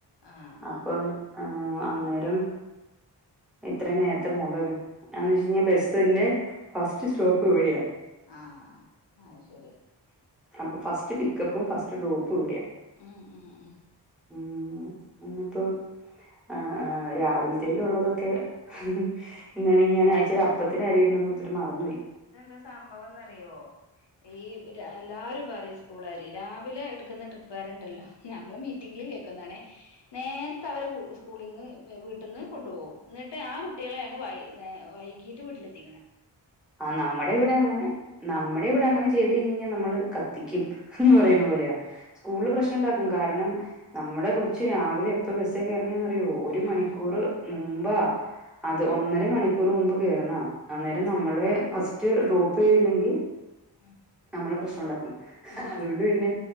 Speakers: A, on the left; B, in the centre.
A: ആഹ്
B: അപ്പം ആഹ് അന്നേരം എത്രയുംനേരത്തെപോണ്ട വരും എന്ന്
A: ഉം
B: വെച്ചഴിഞ്ഞബസിന്റെഫസ്റ്റ് സ്റ്റോപ്പ്ഇവിടെയാ
A: ആഹ് അത്ശരി
B: അപ്പൊഫസ്റ്റ്പിക്കപ്പും ഫസ്റ്റ്ഡ്രോപ്പും ഇവിടെയാ
A: ഉം ഉം ഉം
B: ഉം ഇന്നിപ്പം ആഹ് ആഹ്‌ രാവിലത്തേക്കുള്ളതൊക്കെ <unintelligible> അപ്പത്തിന് അരിയിടണന്ന്
A: ഈ
B: ഓർത്തിട്ട് മറന്നു പോയി
A: ഇതെന്താ സംഭവം എന്നറിയോ ഈ രാ എല്ലാരുംപറയും സ്കൂളാര് രാവിലെ എടുക്കുന്ന ട്രിപ്പ് കാരുണ്ടല്ലോ നമ്മള് മീറ്റിങ്ങില് കേക്കുന്നാണേ നേരത്തെ അവരെ സ്കൂളിന്ന് വീട്ടിന്ന്കൊണ്ടുപോവും എന്നിട്ട് ആ കുട്ടികളെയാണ് വൈ ന്നെ വൈകീട്ട് വീട്ടിലെത്തിക്കണെ
B: ആഹ് നമ്മടെ ഇവിടെ അങ്ങനെ നമ്മടെ ഇവിടെ അങ്ങനെചെയ്ത് കഴിഞ്ഞിരുന്ന നമ്മള് കത്തിക്കും എന്ന്
A: ആഹ്
B: പറയുന്നപോലയാ സ്കൂൾളിൽ പ്രശ്നം ഉണ്ടാക്കുംകാരണം നമ്മടെകൊച്ച് രാവിലെഎപ്പൊ ബസിൽകേറണെ അറിയ്യൊ ഒരുമണിക്കൂറ്
A: ഉം ഉം
B: മുമ്പാ
A: ഉം
B: അത്ഒന്നര മണിക്കൂറ്മുമ്പ്കേറണയാ അന്നരം
A: ഉം
B: നമ്മളെ ഫസ്റ്റ് ഡ്രോപ്പ് ചെയ്തില്ലെങ്കിൽ
A: ഉം
B: നമ്മള് പ്രശ്നം ഉണ്ടാക്കും
A: ഉം
B: അതുകൊണ്ട് പിന്നെ